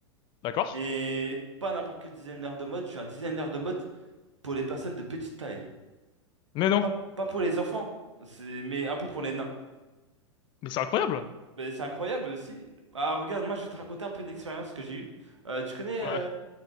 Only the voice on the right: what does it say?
mais pas n'importe quel designer de mode. Je suis un designer de mode pour les personnes de petite taille.
Pas, pas pour les enfants, c'est, mais un peu pour les nains.
Mais c'est incroyable aussi. Bah, regarde, moi, je vais te raconter un peu une expérience que j'ai eue. Euh, tu connais
euh,